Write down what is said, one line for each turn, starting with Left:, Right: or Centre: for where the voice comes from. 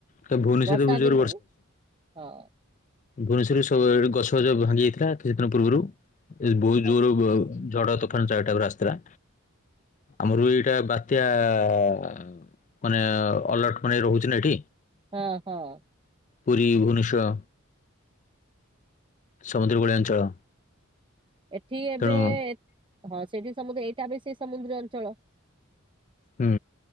Left: ତ ଭୁବନେଶ୍ୱରରେ
Right: ବର୍ଷା
Left: ବି ଜୋର
Right: ଦିନରେ ହଁ
Left: ଭୂବନେଶ୍ୱରରୁ ସବୁ ଗଛ ଫଛ ଭାଙ୍ଗି ଯାଇଥିଲା କିଛି ଦିନ ପୂର୍ବରୁ ବହୁ ଜୋର
Right: ଆଚ୍ଛା
Left: ଝଡ ଚାରିଟାକୁ ଆସିଥିଲା ଆମର ଵି ଏଇଟା ବାତ୍ୟା ହ ମାନେ ଅଲର୍ଟ ମାନେ ରହୁଛି ନା ଏଠି
Right: ହଁ ହଁ।
Left: ପୁରୀ ଭୁବନେଶ୍ୱର ସମୁଦ୍ରକୂଳିଆ ଅଞ୍ଚଳ
Right: ଏଠି ଏବେ
Left: ତେଣୁ ହୁଁ
Right: ହଁ ସେଠି ସମୁଦ୍ର ଏଇଟା ଏବେ ସେଇ ସମୁଦ୍ର ଅଞ୍ଚଳ।
Left: ହୁଁ।